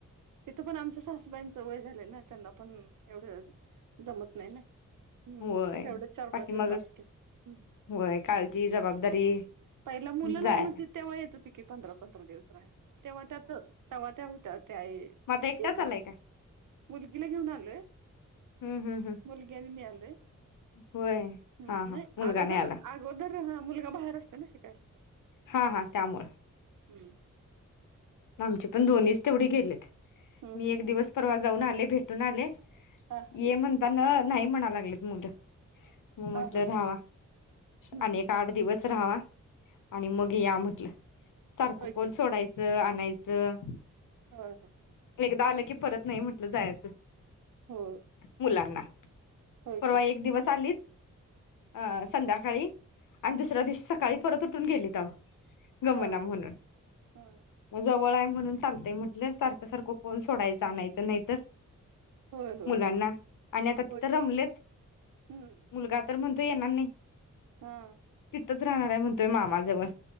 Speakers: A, on the right; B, on the left.
A: तिथं पण आमच्या सासूबाईंचं वय झालं ना त्यांना पण एवढं. जमत नाही ना हम्म
B: होय
A: तेवढच चार
B: बाकी
A: पाच दिवस
B: मग
A: बस की ह
B: होय काळजी जबाबदारी
A: पहिला मुलं लहान
B: जायला
A: होती तेव्हा येत होती कि पंधरा पंधरा दिवस राहायला. तेव्हा त्यातव्हा त्या होतात. त्या
B: मग आता एकटाच
A: एज मध्ये
B: आलाय का
A: मुलगीला घेऊन आलोय.
B: हम्म हम्म हम्म
A: मुलगी अणि मि आलोय.
B: होय
A: हम्म
B: हा हा
A: नाही
B: मुलगा
A: अगोदर
B: नाही आला
A: अगोदर हा मुलगा बाहेर असतो ना शिकायला.
B: हा हा त्यामुळ.
A: हम्म.
B: आमचे पण दोन्हीच तेवढे गेलेत.
A: हम्म
B: मी
A: हम्म
B: एक दिवस परवा जाऊन आले, भेटून आले.
A: हा हा
B: ये म्हणतान नाही म्हनाय लागलेत मुलं. मग म्हटलं
A: हा हा
B: राहावा
A: हम्म
B: आणि एक
A: हम्म
B: आठ दिवस रहावा. आणि मग या म्हटलं.
A: होय
B: कोण
A: की
B: सोडायचं आणायचं.
A: होय हो
B: एकदा आलं की परत नाही म्हटलं जायचं.
A: हो
B: मुलांना
A: होय
B: परवा
A: की
B: एक दिवस आलीत अं संध्याकाळी आणि दुसऱ्या दिवशी सकाळी परत उठून गेलीत आओ. गमना
A: हा
B: म्हणून.
A: हा.
B: मग जवळ हाय म्हणून चालतय म्हटलं. सारखं सारखं कोण सोडायचं आणायचं नाही तर
A: होय होय
B: मुलांना
A: होय
B: आणि आता तिथ
A: होय की
B: रमलेत.
A: हम्म
B: मुलगा तर म्हण तू येणार नाही.
A: हा
B: तिथच राहणार हाय म्हण त्यो मामाजवळ